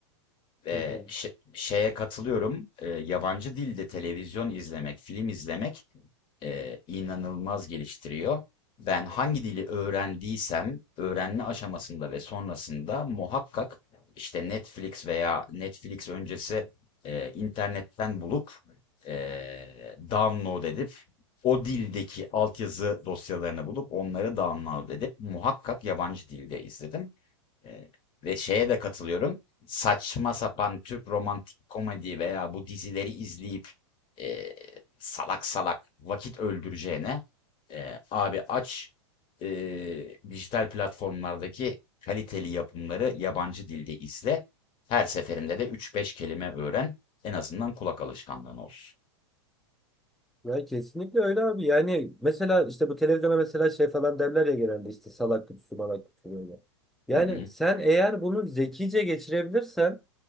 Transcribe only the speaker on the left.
Eee,
şe- şeye katılıyorum. Eee, yabancı dilde televizyon izlemek, film izlemek eee, inanılmaz geliştiriyor. Ben hangi dili öğrendiysem öğrenme aşamasında ve sonrasında muhakkak işte Netflix veya Netflix öncesi eee, internetten bulup eee, download edip o dildeki altyazı dosyalarını bulup onları download edip muhakkak yabancı dilde izledim. Eee, ve şeye de katılıyorum. Saçma sapan Türk romantik komedi veya bu dizileri izleyip eee, salak salak vakit öldüreceğine eee, abi aç eee, dijital platformlardaki kaliteli yapımları yabancı dilde izle. Her seferinde de üç beş kelime öğren. En azından kulak alışkanlığın olsun.
Hı hı,